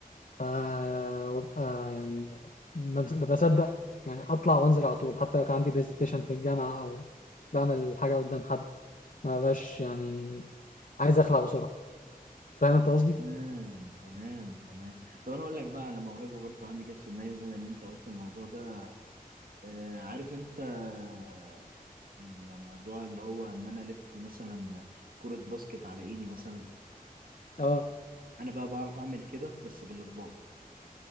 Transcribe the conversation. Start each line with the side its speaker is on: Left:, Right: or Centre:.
Left: ف وببقى يعني ما بص- ما بصدق يعني أطلع وأنزل على طول حتى لو كان عندي برزنتيشن في الجامعة أو بعمل حاجة قدام حد ما ببقاش يعني عايز أخلع بسرعة فاهم أنت قصدي؟
Right: تمام تمام تمام طب انا اقول لك بقى على موهبه برضو عندي جت في دماغي بما ان انت قلت الموضوع ده آه عارف انت آه، الموضوع اللي هو ان انا الف مثلا كرة باسكت على ايدي مثلا
Left: اه
Right: انا بقى بعرف اعمل كده بس بالاطباق